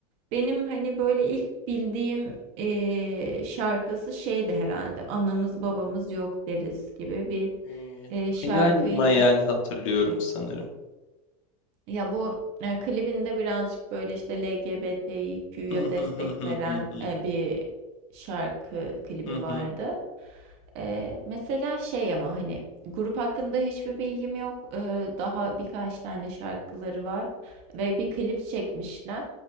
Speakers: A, on the right (about 30°); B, on the left (about 55°).
A: Benim hani böyle ilk bildiğim eee, şarkısı şeydi herhalde. Anamız babamız yok deriz gibi bir
B: Eee,
A: eee, şarkıydı.
B: hayal mayal hatırlıyorum sanırım.
A: Ya bu e, klibinde birazcık böyle işte LGBTQ'ya
B: Hı hı
A: destek
B: hı hı
A: veren
B: hı hı.
A: e, bir şarkı klibi
B: Hı
A: vardı.
B: hı,
A: E, mesela şey ama hani grup hakkında hiçbir bilgim yok. E, daha birkaç tane şarkıları var ve bir klip çekmişler.